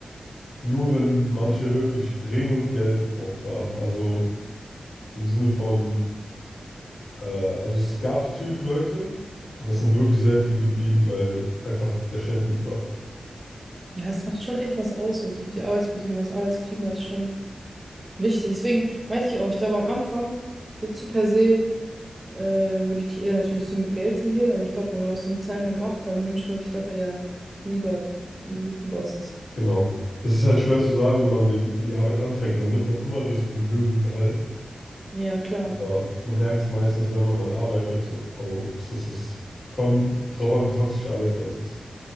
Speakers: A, on the left (about 60°); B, on the right (about 25°).
A: Nur wenn manche wirklich dringend Geld gebraucht haben. Also im Sinne von. Äh, also es gab natürlich Leute, aber es sind wirklich sehr viele geblieben, weil einfach der Chef gut war.
B: Ja, es macht schon echt was aus. Und die, die Arbeitsbedingungen, das Arbeitsklima ist schon. Wichtig. Deswegen meinte ich auch, ich glaube am Anfang, jetzt so per se, äh, würde ich eher natürlich zum Geld tendieren, aber ich glaube, wenn man das so eine Zeit lang macht, dann wünscht man sich doch eher lieber einen guten Boss.
A: Genau. Es ist halt schwer zu sagen, wenn man den, die Arbeit anfängt, dann nimmt man immer das mit dem höheren Gehalt.
B: Ja, klar.
A: Aber man merkt es meistens, wenn man dann arbeitet, so, oh, es ist, es kommt drauf an, wie toxisch der Arbeitsplatz ist.